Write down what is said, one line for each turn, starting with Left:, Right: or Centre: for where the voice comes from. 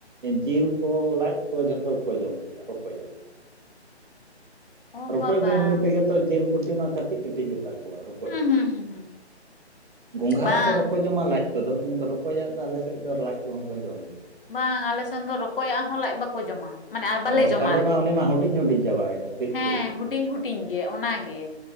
Right: ᱡᱤᱞ ᱠᱚ ᱞᱟᱡᱽ ᱠᱚ ᱡᱷᱚᱛᱚ ᱜᱮᱠᱚ ᱡᱚᱢ ᱜᱮᱭᱟ ᱨᱚᱠᱚᱭᱟᱜ ᱾
Left: ᱚ
Right: ᱨᱚᱠᱚᱡ
Left: ᱵᱟᱵᱟ
Right: ᱫᱚ ᱮᱢᱱᱤ ᱛᱮᱜᱮ ᱛᱚ ᱡᱤᱞ ᱠᱩᱴᱤ ᱢᱟ ᱠᱟᱹᱴᱤᱡ ᱠᱟᱹᱴᱤᱡ ᱜᱮᱛᱟ ᱠᱚᱣᱟ ᱨᱚᱠᱚᱡ
Left: ᱦᱩᱸ
Right: ᱫᱚ
Left: ᱦᱩᱸ ᱦᱩᱸ ᱦᱩᱸ
Right: ᱜᱚᱸᱜᱷᱟᱟᱜ
Left: ᱵᱟᱝ
Right: ᱫᱚ ᱵᱟᱠᱚ ᱡᱚᱢᱟ ᱞᱟᱡ ᱠᱚᱫᱚ ᱠᱤᱱᱛᱩ ᱨᱚᱠᱚᱡᱟᱜ ᱫᱚ ᱟᱞᱮ ᱥᱮᱫ ᱫᱚ ᱞᱟᱡ ᱠᱚᱦᱚᱸ ᱠᱚ ᱡᱚᱢ ᱜᱮᱭᱟ ᱾
Left: ᱵᱟᱝ ᱟᱞᱮ ᱥᱮᱱ ᱫᱚ ᱨᱚᱠᱚᱭᱟᱜ ᱦᱚᱸ ᱞᱟᱡᱽ ᱵᱟᱠᱚ ᱡᱚᱢᱟ ᱾ ᱢᱟᱱᱮ ᱟᱨ ᱵᱟᱞᱮ
Right: ᱚ
Left: ᱡᱚᱢᱟ
Right: ᱛᱟᱦᱚᱞᱮ
Left: ᱟᱨᱠᱤ
Right: ᱢᱟ ᱩᱱᱤ ᱢᱟ ᱦᱩᱰᱤᱧ ᱦᱩᱰᱤᱧ ᱪᱟᱵᱟᱭᱮᱱᱟ ᱠᱟᱹᱡ
Left: ᱦᱮᱸ
Right: ᱪᱩᱞᱩᱝ
Left: ᱦᱩᱰᱤᱧ ᱦᱩᱰᱤᱧ ᱜᱮ ᱚᱱᱟᱜᱮ,